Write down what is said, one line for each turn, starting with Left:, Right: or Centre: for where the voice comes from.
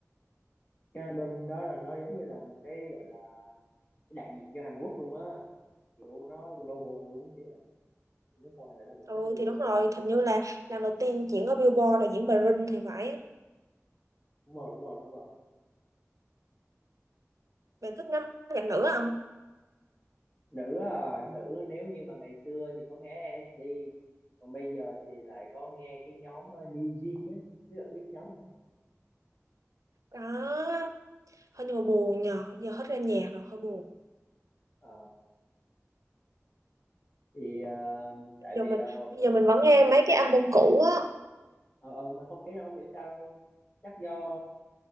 Left: cái album đó là nó giống như là một cái gọi là cái đại diện cho Hàn Quốc luôn á kiểu nó global luôn chứ à. nước ngoài người ta cũng
Right: ừ
Left: thích luôn
Right: thì đúng
Left: á
Right: rồi hình như là lần đầu tiên diễn ở Billboard là diễn bài Rin thì phải
Left: đúng rồi đúng rồi đúng rồi
Right: bạn thích nhóm nhạc nữ không
Left: nữ à, nữ nếu như mà ngày xưa thì có nghe SNSD còn bây giờ thì lại có nghe cái nhóm ờ, New Jeans á biết là có biết cái nhóm đó không
Right: đó hơi nhưng mà buồn nhờ giờ hết ra nhạc rồi hơi buồn
Left: Ờ thì ờ, tại
Right: giờ
Left: vì
Right: mình
Left: là hôm
Right: bây
Left: bữa
Right: giờ mình vẫn nghe
Left: bữa hồ
Right: mấy cái album cũ á
Left: ờ ờ, mà không ý là không hiểu sao luôn. chắc do